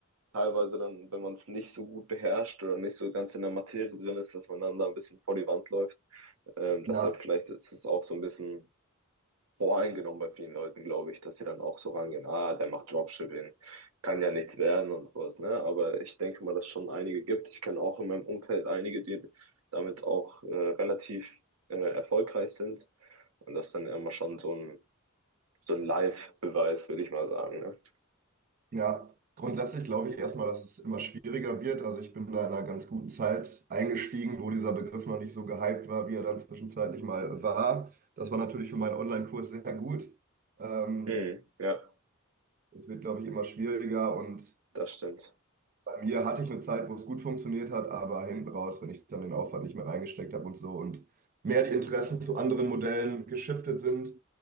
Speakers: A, on the right; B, on the right.
A: teilweise dann, wenn man es nicht so gut beherrscht oder nicht so ganz in der Materie drin ist, dass man dann da ein bisschen vor die Wand läuft. Ähm, deshalb
B: ja,
A: vielleicht ist es auch so ein bisschen voreingenommen bei vielen Leuten, glaube ich, dass sie dann auch so rangehen, ah, der macht Dropshipping, kann ja nichts werden und sowas, ne? Aber ich denke mal, dass es schon einige gibt. Ich kenne auch in meinem Umfeld einige, die damit auch äh, relativ äh, erfolgreich sind. Und das ist dann immer schon so ein, so ein Live-Beweis, würde ich mal sagen, ne?
B: Ja, grundsätzlich glaube ich erstmal, dass es immer schwieriger wird. Also ich bin da in einer ganz guten Zeit eingestiegen, wo dieser Begriff noch nicht so gehypt war, wie er dann zwischenzeitlich mal war. Das war natürlich für meinen Online-Kurs sehr gut. Ähm,
A: Mhm, ja,
B: es wird, glaube ich, immer schwieriger und
A: das stimmt.
B: bei mir hatte ich eine Zeit, wo es gut funktioniert hat, aber hinten raus, wenn ich dann den Aufwand nicht mehr reingesteckt habe und so und mehr die Interessen zu anderen Modellen geschiftet sind,